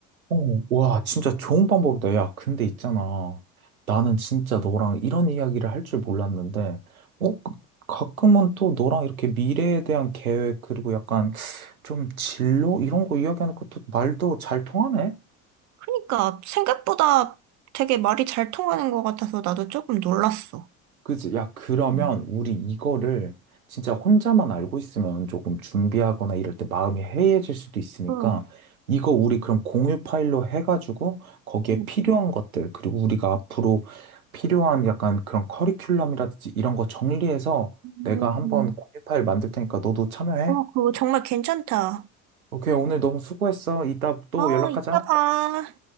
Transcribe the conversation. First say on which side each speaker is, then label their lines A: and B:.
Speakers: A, on the right; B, on the right.
A: 어, 와, 진짜 좋은 방법이다. 야, 근데 있잖아. 나는 진짜 너랑 이런 이야기를 할 줄 몰랐는데, 어, 그- 가끔은 또 너랑 이렇게 미래에 대한 계획, 그리고 약간 좀 진로? 이런 거 이야기하는 것도 말도 잘 통하네?
B: 그러니까 생각보다 되게 말이 잘 통하는 것 같아서 나도 조금 놀랐어.
A: 그지? 야, 그러면
B: 음.
A: 우리 이거를 진짜 혼자만 알고 있으면 조금 준비하거나 이럴 때 마음이 해이해질 수도 있으니까
B: 응.
A: 이거 우리 그럼 공유 파일로 해가지고 거기에
B: 응.
A: 필요한 것들, 그리고 우리가 앞으로 필요한 약간 그런 커리큘럼이라든지 이런 거 정리해서
B: 음.
A: 내가 한번 공유 파일 만들 테니까 너도 참여해.
B: 어, 그거 정말 괜찮다.
A: 오케이, 오늘 너무 수고했어. 이따 또
B: 어,
A: 연락하자.
B: 이따 봐.